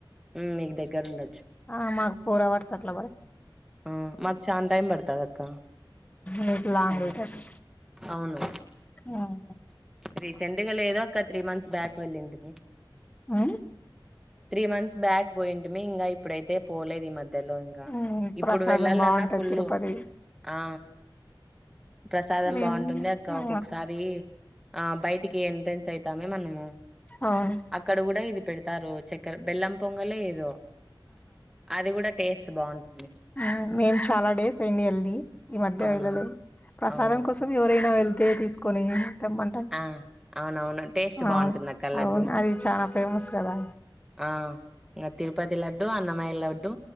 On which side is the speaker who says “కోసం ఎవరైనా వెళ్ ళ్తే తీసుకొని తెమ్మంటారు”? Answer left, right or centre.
Left